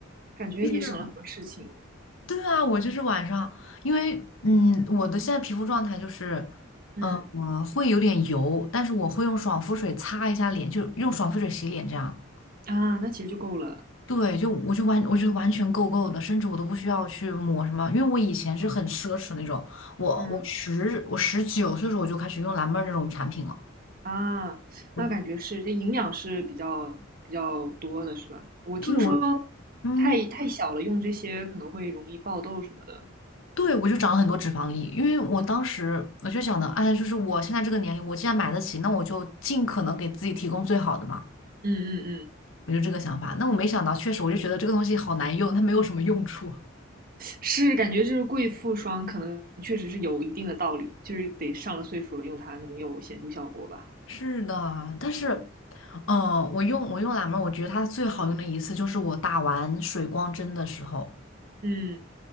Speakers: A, on the right; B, on the left.
A: 感觉也省了很多事情。
B: <laughs> 对啊，我就是晚上，因为嗯，我的现在皮肤状态就是，
A: 嗯
B: 呃，会有点油，但是我会用爽肤水擦一下脸，就用爽肤水洗脸这样。
A: 啊，那其实就够了。
B: 对，就我就完，我觉得完全够够的，甚至我都不需要去抹什么，因为我以前是很奢侈那种，我我十我十九岁的时候我就开始用蓝妹儿那种产品了，
A: 嗯啊，
B: 我
A: 那感觉是这营养是比较比较多的，是吧？我听说
B: 对我嗯。
A: 太太小了用这些可能会容易爆痘什么的。
B: 对，我就长了很多脂肪粒，因为我当时我就想的，哎，就是我现在这个年龄，我既然买得起，那我就尽可能给自己提供最好的嘛。
A: 嗯嗯嗯，
B: 我就这个想法。那我没想到，确实我就觉得这个东西好难用，它没有什么用处。
A: 是感觉就是贵妇霜可能确实是有一定的道理，就是得上了岁数了用它能有显著效果吧。
B: 是的，但是，
A: 嗯
B: 嗯、我用我用蓝莓儿我觉得它最好用的一次就是我打完水光针的时候，
A: 嗯，